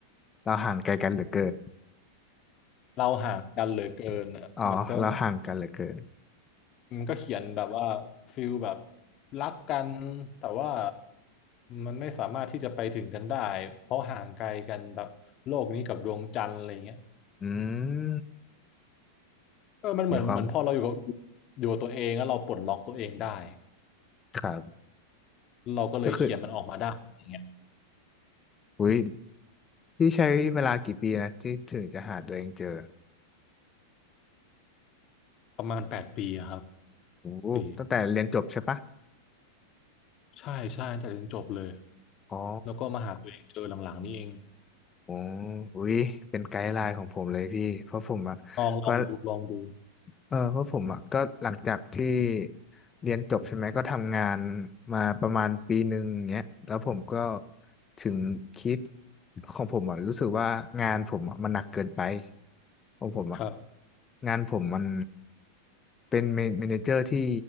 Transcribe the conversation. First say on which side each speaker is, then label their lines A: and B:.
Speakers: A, on the left; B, on the left.
A: เราห่างไกลกันเหลือเกิน
B: เราห่างกันเหลือเกินอะมันก็
A: อ๋อเราห่างกันเหลือเกิน
B: มันก็เขียนแบบว่าฟิลแบบรักกันแต่ว่ามันไม่สามารถที่จะไปถึงกันได้เพราะห่างไกลกันแบบโลกนี้กับดวงจันทร์อะไรเงี้ย
A: อืม
B: เออมันเหมือนเหมือนพอเราอยู่กับ
A: มีความ
B: อยู่กับตัวเองแล้วเราปลดล็อกตัวเองได้
A: ครับ
B: เราก็เลยเขียนมันออกมาได้อย่างเงี้ย
A: ก็คืออุ้ยพี่ใช้เวลากี่ปีนะที่ถึงจะหาตัวเองเจอ
B: ประมาณแปดปีอะครับ
A: โอ้โหตั้งแต่เรียนจบใช่ปะ
B: ปีใช่ใช่ตั้งแต่เรียนจบเลย
A: อ๋อ
B: แล้วก็มาหาตัวเองเจอหลังๆนี่เอง
A: โอ้อุ้ยเป็นไกด์ไลน์ของผมเลยพี่เพราะผมอะก็
B: ลองลองดูลองดู
A: เออเพราะผมอ่ะก็หลังจากที่เรียนจบใช่ไหมก็ทำงานมาประมาณปีหนึ่งเงี้ยแล้วผมก็ถึงคิดของผมอ่ะรู้สึกว่างานผมอ่ะมันหนักเกินไปของผมอ่ะ
B: ครับ
A: งานผมมันเป็นเมนเจอร์ที่